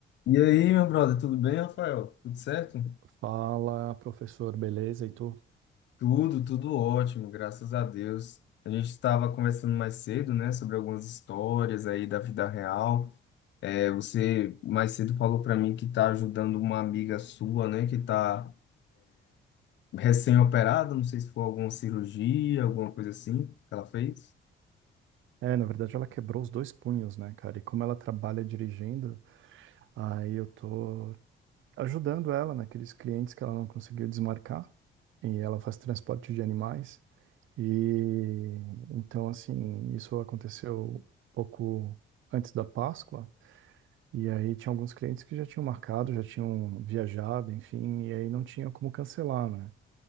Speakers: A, on the left; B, on the right.
A: E aí, meu brother, tudo bem, Rafael? Tudo certo?
B: Fala, professor, beleza? E tu?
A: Tudo, tudo ótimo, graças a Deus. A gente estava conversando mais cedo, né, sobre algumas histórias aí da vida real. É, você mais cedo falou para mim que está ajudando uma amiga sua, né, que está recém-operada, não sei se foi alguma cirurgia, alguma coisa assim que ela fez.
B: É, na verdade ela quebrou os dois punhos, né, cara? E como ela trabalha dirigindo, aí eu tô ajudando ela naqueles clientes que ela não conseguiu desmarcar. E ela faz transporte de animais. E então, assim, isso aconteceu um pouco antes da Páscoa. E aí tinha alguns clientes que já tinham marcado, já tinham viajado, enfim, e aí não tinha como cancelar, né?